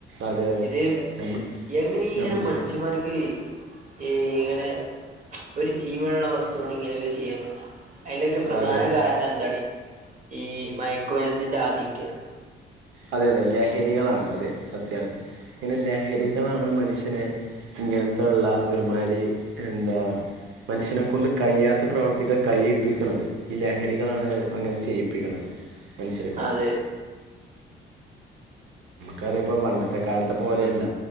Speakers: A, on the right; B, on the right.
A: അതെ അതെ
B: ഇത്
A: നമ്മൾ
B: എങ്ങനെ ഇങ്ങനെ
A: നമ്മൾ
B: മനുഷ്യമാർക്കെ ഈ ഇങ്ങനെ ഒരു ജീവനുള്ള വസ്തുവോടിങ്ങനെ ചെയ്യ കഴിയുക്ക അതിലൊക്കെ പ്രധാന
A: അതെ
B: കാരണം എന്താണീ ഈ മയക്കുമരുന്നിൻ്റെ ആധിക്യമാണ്
A: അതെയതെ ലഹരികളാണ് അതെ സത്യം ഇങ്ങനെ ലഹരികളാണ് മനുഷ്യനെ ഇങ്ങനത്തെയുള്ള ഒരുമാതിരിയെന്താ മനുഷ്യനെ കൊണ്ടുകഴിയാത്ത പ്രവർത്തികൾ കഴിയിപ്പിക്കണം ഈ ലഹരികളാണങ്ങനെ ചെയ്യിപ്പിക്കുന്നത്. മനസ്സിലാക്കുന്നു
B: അതെ
A: കാരണമിപ്പോൾ പണ്ടത്തെ കാലത്തെ പോലെയല്ല.